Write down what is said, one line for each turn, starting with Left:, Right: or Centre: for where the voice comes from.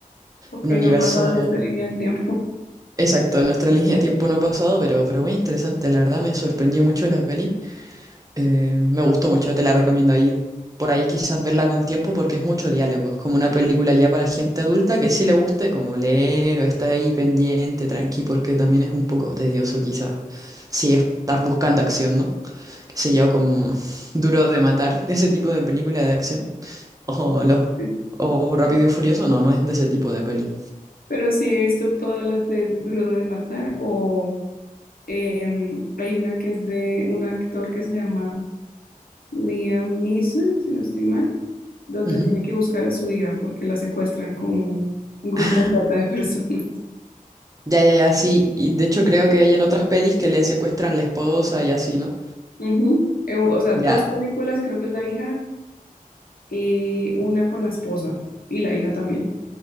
Left: Ok,
Right: Un universo
Left: no ha pasado en esta línea del tiempo. <laughs>
Right: exacto, en nuestra línea de tiempo no ha pasado, pero, pero muy interesante. La verdad me sorprendió mucho la peli. Eh, me gustó mucho, te la recomiendo ahí. Por ahí quizás verla con tiempo porque es mucho diálogo. Es como una película ya para gente adulta que sí le guste como leer o estar ahí pendiente, tranqui, porque también es un poco tedioso quizás. Si es- estás buscando acción, ¿no? Qué sé yo, como <laughs> Duro de Matar, ese tipo de película de acción. O, los,
Left: Sí.
Right: o Rápido y Furioso, no, no es de ese tipo de peli.
Left: Pero sí he visto todas las de Duro de Matar o em, hay una que es de un actor que se llama Liam Neeson, si no estoy mal, donde
Right: Ujú.
Left: tiene que buscar a su hija porque la secuestran con un grupo
Right: Ah,
Left: de trata de <laughs> personas.
Right: ya, ya, ya, sí. Y de hecho creo que hay en otras pelis que le secuestran la esposa y así, ¿no?
Left: Ujú. Eh, O sea, dos
Right: Ya,
Left: películas, creo que es La hija y una con la esposa y la hija también.